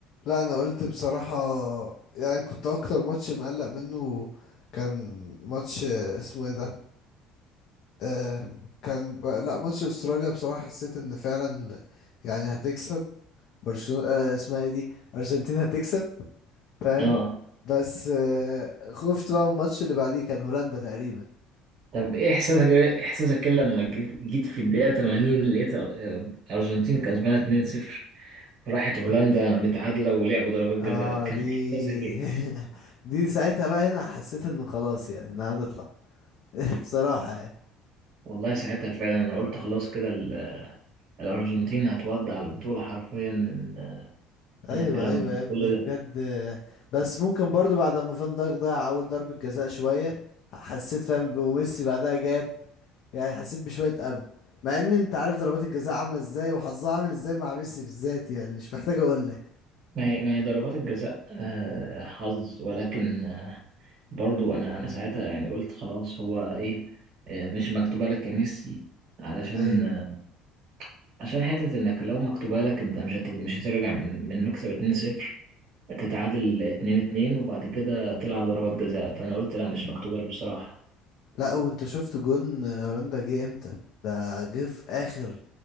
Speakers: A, on the left (about 60°); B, on the right (about 50°).
A: لا انا قلت بصراحة يعني كنت اكتر ماتش مقلق منه كان ماتش اسمه ايه ده آه كان ب... لا ماتش استراليا بصراحة حسيت ان فعلا يعني هتكسب برشلونة آه اسمها ايه دي ارجنتين هتكسب فاهم
B: اه
A: بس آه خفت بقى من الماتش اللي بعديه كان هولندا تقريبا
B: طب إيه إحساسك إيه إحساسك كده لما جيت جيت في الدقيقة 80 لقيت آه، الأرجنتين كسبانة 2-0 راحت هولندا متعادلة ولعبوا ضربات
A: اه
B: جزاء كان
A: دي
B: إحساسك إيه؟
A: <laughs> دي ساعتها بقى هنا حسيت انه خلاص يعني ان هنطلع <laughs> بصراحة يعني.
B: والله ساعتها فعلا أنا قلت خلاص كده ال- الأرجنتين هتودع البطولة حرفيا من
A: ايوه
B: من الكلام
A: ايوه يا ابني
B: كله ده
A: بجد بس ممكن برضو بعد ما فان دايك ضيع اول ضربة جزاء شوية حسيت فاهم وميسي بعدها جاب يعني حسيت بشوية امل مع ان انت عارف ضربات الجزاء عاملة ازاي وحظها عامل ازاي مع ميسي بالذات يعني مش محتاج اقول لك
B: ما هي ما هي ضربات الجزاء آه، حظ ولكن آه، برضو أنا أنا ساعتها يعني قلت خلاص هو إيه آه، مش مكتوبة لك يا ميسي علشان
A: ايوه
B: آه، عشان حتة إنك لو مكتوبة لك أنت مش هت- مش هترجع من من مكسب 2-0 تتعادل اتنين اتنين وبعد كده تلعب ضربات جزاء فأنا قلت لا مش مكتوبة له بصراحة
A: لا وانت شفت جون هولندا جه امتى ده جه في اخر